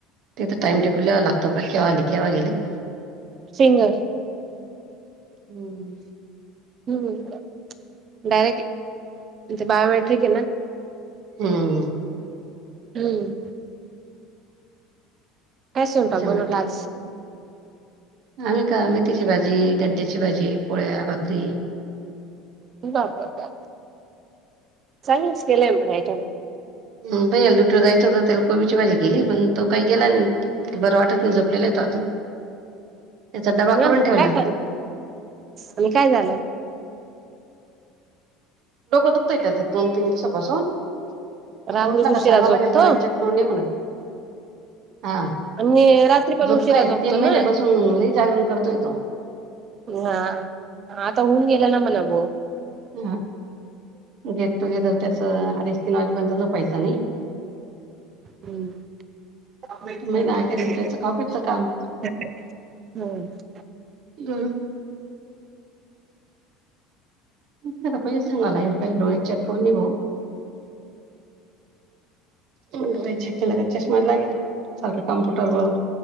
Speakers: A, on the right; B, on the right.
A: ते तर टाइम टेबल लिवायला लागतो, का केव्हा आले केव्हा गेले.
B: फिंगर
A: हम्म हम्म.
B: हम्म डायरेक्ट आहे इथे बायोमॅट्रिक आहे ना.
A: हम्म.
B: हम्म. काय स्वयंपाक
A: त्याच्यामुळे
B: बनवला आज?
A: आम्ही का मेथीची भाजी, गड्ड्याची भाजी, पोळ्या, भाकरी.
B: दाखवण्यात. चांगलंच केलंय म्हणे इथून.
A: हम्म भैयाला ड्युटीवर जायचं होतं त्याला कोबीची भाजी केली, पण तो काही गेला नाही. बरं वाटत तो झोपलेला आहेत अजून. त्याचा डबा
B: हा
A: करून ठेवला.
B: काय झालं आणि काय झालं?
A: डोकं दुखतंय त्याच दोन तीन दिवसापासून.
B: रात्री
A: आता उठला
B: उशिरा
A: का सांगाव
B: झोपतो
A: लागेल डोळ्या चेक करून ये म्हणन. हा
B: आणि रात्री पण
A: झोप
B: उशिरा
A: काय?
B: झोपतो
A: तीन महिन्यापासून
B: ना
A: लई जागरण करतोय तो.
B: हा. आता होऊन गेला ना मला <unintelligible>
A: हा गेट टु गेदर त्याच अडीच तीन वाजेपर्यंत झोपायचं नाही.
B: हम्म. होय.
A: आता महिना अखेरला त्याचं खाऊपीचं काम. <unintelligible> <unintelligible> सांगाला डोळे चेक करून निगो चेक केलं का, चष्मा लागेल. सारखं कम्प्युटरवर,